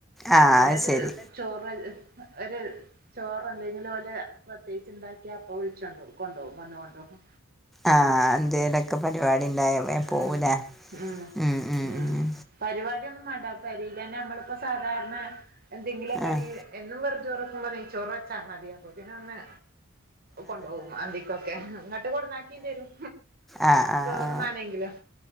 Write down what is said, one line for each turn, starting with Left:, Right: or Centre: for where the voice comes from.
Centre: ആഹ്
Right: അവിടെ
Centre: അത്
Right: ഒരു
Centre: ശരി
Right: ചോറ് ഒരു ചോറെ എന്തെങ്കിലും ഓലെ പ്രത്യേകിച്ച് ഉണ്ടാക്കിയ അപ്പൊ വിളിച്ചോണ്ടോവും വന്ന കൊണ്ടോവും
Centre: ആഹ എന്തേലൊക്കെ പരിപാടി ഉണ്ടായ
Right: ഉം
Centre: പോവൂലെ
Right: ഉം
Centre: ഉ ഉ
Right: ഉം
Centre: ഉ
Right: പരിപാടിയൊന്നും വേണ്ട പരിയില്ലന്നെ നമ്മളിപ്പോ സാധാരണ എന്തെങ്കിലുമൊക്കെ
Centre: ആഹ്
Right: എന്നും വെറും ചോറെക്കുമ്പൊനൈ ചോറെച്ചാ മതിയാകും പിന്നെ ഒന്ന് കൊണ്ടോകും അന്തിക്കൊക്കെ എന്നിട്ട് കൊടുനാക്കി തരും
Centre: ആ ആ്
Right: ചോറ്ന്നാനെങ്കിലും
Centre: ആ